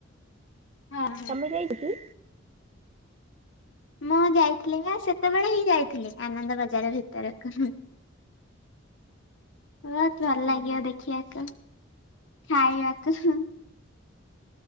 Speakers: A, on the left; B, on the right.
A: ହଁ ହଁ
B: ତମେ ଯାଇନ କି?
A: ମୁଁ ଯାଇଥିଲି ବା ସେତେବେଳେ ହିଁ ଯାଇଥିଲି ଆନନ୍ଦ ବଜାର ଭିତରକୁ। ବହୁତ୍ ଭଲ୍ ଲାଗିବ
B: ଓହୋ।
A: ଦେଖିବାକୁ ଖାଇବାକୁ ହୁଁ।